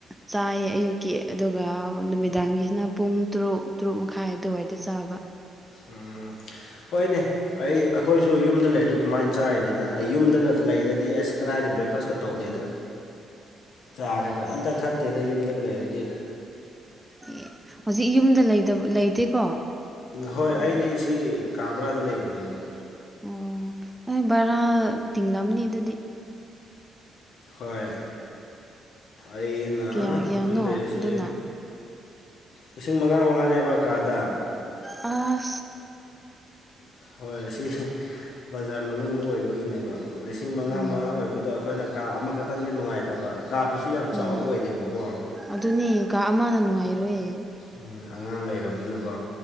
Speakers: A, in the centre; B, on the left (about 70°).
A: ꯆꯥꯏꯌꯦ ꯑꯌꯨꯛꯀꯤ ꯑꯗꯨꯒ ꯅꯨꯃꯤꯗꯥꯡꯒꯤꯁꯤꯅ ꯄꯨꯡ ꯇꯔꯨꯛ ꯇꯔꯨꯛ ꯃꯈꯥꯏ ꯑꯗꯨꯋꯥꯏꯗ ꯆꯥꯕ
B: ꯎꯝ ꯍꯣꯏꯅꯦ ꯑꯩ ꯑꯩꯈꯣꯏꯁꯨ ꯌꯨꯝꯗ ꯂꯩꯔꯗꯤ ꯑꯗꯨꯃꯥꯏꯅ ꯆꯥꯔꯤꯅꯤꯗ ꯑꯩ ꯌꯨꯝꯗꯒ ꯂꯩꯔꯗꯤ ꯑꯁ ꯀꯗꯥꯏꯗ ꯕ꯭ꯔꯦꯛꯐꯥꯁꯀ ꯇꯧꯗꯦꯗ ꯆꯥ ꯀꯩꯀꯥ ꯑꯝꯇ ꯊꯛꯇꯦꯗ ꯌꯨꯝꯗꯒ ꯂꯩꯔꯗꯤ
A: ꯑꯦ ꯍꯧꯖꯤꯛ ꯌꯨꯝꯗ ꯂꯩꯇꯦꯀꯣ
B: ꯍꯣꯏ
A: ꯑꯣ
B: ꯑꯩꯗꯤ ꯁꯤ ꯀꯥꯕ꯭ꯔꯥꯗ ꯂꯩꯕꯅꯦꯕ
A: ꯑꯣ ꯑꯩ ꯚꯔꯥ ꯇꯤꯡꯂꯝꯅꯤ ꯑꯗꯨꯗꯤ
B: ꯍꯣꯏ ꯑꯩꯅ
A: ꯀꯌꯥ ꯀꯌꯥꯅꯣ
B: ꯍꯧꯖꯤꯛ ꯂꯩꯔꯤꯁꯦ
A: ꯑꯗꯨꯅ
B: ꯂꯤꯁꯤꯡ ꯃꯉꯥ ꯃꯉꯥꯅꯦꯕ ꯀꯥꯗ
A: ꯑ
B: ꯍꯣꯏ ꯁꯤ ꯕꯖꯥꯔ ꯃꯅꯨꯡꯗ ꯑꯣꯏꯕꯒꯤꯅꯦꯕ ꯂꯤꯁꯤꯡ ꯃꯉꯥ
A: ꯎꯝ
B: ꯃꯉꯥ ꯑꯣꯏꯕꯗ ꯑꯩꯈꯣꯏꯅ ꯀꯥ ꯑꯃꯈꯛꯇꯪꯗꯤ ꯅꯨꯡꯉꯥꯏꯇꯕ ꯀꯥꯗꯨ ꯁꯨ ꯌꯥꯝ
A: ꯎꯝ
B: ꯆꯥꯎꯕ ꯑꯣꯏꯗꯦꯕꯀꯣ ꯎꯝ
A: ꯑꯗꯨꯅꯦ ꯀꯥ ꯑꯃꯅ ꯅꯨꯡꯉꯥꯏꯔꯣꯏ
B: ꯎꯝ ꯑꯉꯥꯡ ꯂꯩꯔꯕꯅꯤꯅꯀꯣ